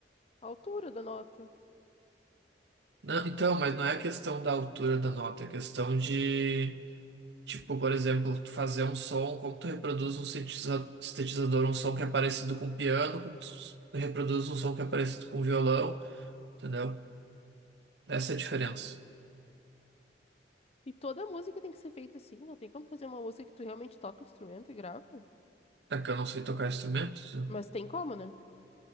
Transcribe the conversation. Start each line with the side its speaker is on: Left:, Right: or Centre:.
Left: a altura da nota.
Right: Não, então, mas não é a questão da altura da nota, é a questão de, tipo, por exemplo, tu fazer um som, como tu reproduz um sintetiza- sintetizador, um som que é parecido com piano, como tu s- reproduz um som que é parecido com violão, entendeu? Essa é a diferença.
Left: E toda música tem que ser feita assim. Não tem como fazer uma música que tu realmente toca o instrumento e grava.
Right: É que eu não sei tocar instrumentos?
Left: Mas tem como, né?